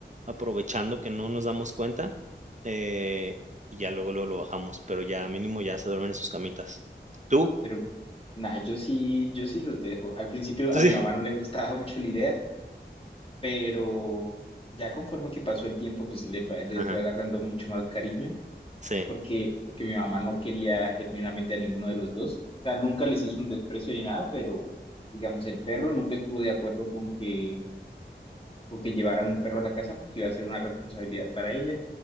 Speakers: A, on the right; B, on the left.
A: aprovechando que no nos damos cuenta, eh, y ya luego, luego lo bajamos, pero ya mínimo ya se duermen en sus camitas. ¿Tú?
B: Pero nada, yo sí, yo sí los dejo. Al principio
A: ¿Tú
B: a mi
A: sí?
B: mamá no le gustaba <laughs> mucho la idea, pero ya conforme que pasó el tiempo, pues le fue, le
A: Ajá,
B: fue agarrando mucho más cariño,
A: sí.
B: porque, porque mi mamá no quería genuinamente a ninguno de los dos. O sea, nunca les hizo un desprecio ni nada, pero digamos, el perro nunca estuvo de acuerdo con que, con que llevaran un perro a la casa porque iba a ser una responsabilidad para ella.